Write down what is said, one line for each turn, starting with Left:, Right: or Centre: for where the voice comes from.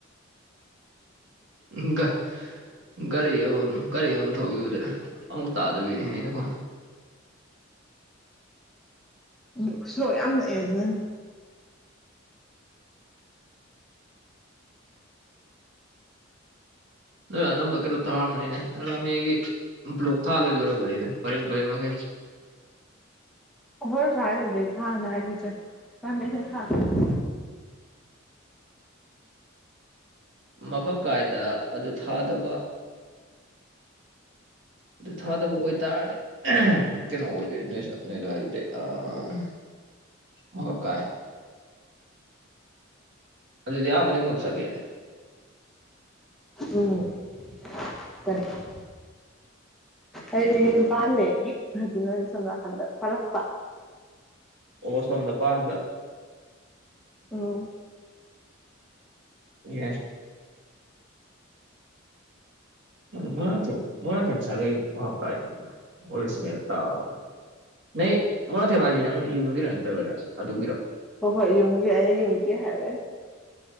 Right: ꯎꯝꯒ ꯒꯥꯔꯤ ꯑꯃꯃꯝ ꯒꯥꯔꯤ ꯑꯃꯃꯝ ꯊꯧꯒꯤꯕꯗꯩ ꯑꯃꯨꯛ ꯇꯥꯗꯕꯤꯅꯤꯅꯦ ꯀꯣ
Centre: ꯕꯨꯛꯁꯣ ꯌꯥꯝꯅ ꯅꯛꯑꯦ ꯁꯤꯗꯅꯤ
Right: ꯅꯣꯏ ꯑꯅꯝꯕ ꯀꯩꯅꯣ ꯊꯥꯔꯝꯃꯅꯤꯅꯦ ꯔꯥꯃꯦꯒꯤ ꯕ꯭ꯂꯣꯛ ꯊꯥ ꯂꯣꯏ ꯂꯣꯏꯔꯝꯃꯅꯤꯅꯦ ꯄꯔꯦꯡ ꯄꯔꯦꯡ ꯃꯈꯩ
Centre: <unintelligible>
Right: ꯃꯈꯛ ꯀꯥꯏꯗ ꯑꯗꯨ ꯊꯥꯗꯕ ꯑꯗꯨ ꯊꯥꯗꯕ ꯑꯣꯏꯇꯥꯔꯗꯤ ꯀꯩꯅꯣ ꯑꯣꯏꯗꯣꯏꯅꯦ ꯅꯣꯏ ꯅꯣꯏ ꯗꯨꯋꯥꯏꯗꯨꯗꯤ ꯑꯥꯥ ꯃꯍꯛꯀꯥꯏ ꯑꯗꯨꯗꯤ ꯑꯥ ꯃꯅꯨꯡ ꯂꯣꯝ ꯆꯪꯉꯦ
Centre: ꯎꯝ <unintelligible> ꯑꯩ ꯌꯨꯝ ꯄꯥꯟꯂꯦ ꯑꯗꯨꯅ ꯁꯣꯝ ꯅꯥꯀꯟꯗ ꯄꯥꯜꯂꯛꯄ
Right: ꯑꯣ ꯁꯣꯝꯗ ꯄꯥꯟꯕ꯭ꯔ
Centre: ꯑꯣ
Right: ꯌꯦꯁ ꯃꯣꯏꯔꯥꯡꯊꯦꯝ ꯃꯣꯏꯔꯥꯡꯊꯦꯝ ꯁꯒꯩ ꯃꯥꯅ ꯄꯥꯏꯗꯅ ꯑꯣꯔꯤꯖꯤꯅꯦꯜ ꯇꯥꯕꯗ ꯅꯩ ꯃꯣꯏꯔꯥꯡꯊꯦꯝ ꯍꯥꯏꯗꯤ ꯅꯪ ꯌꯨꯝꯒꯤꯔꯣ ꯅꯠꯇ꯭ꯔꯒꯅ ꯑꯗꯨꯒꯤꯔꯣ
Centre: ꯍꯣꯏ ꯍꯣꯏ ꯌꯨꯝꯒꯤ ꯑꯩ ꯌꯨꯝꯒꯤ ꯍꯥꯏꯔꯦ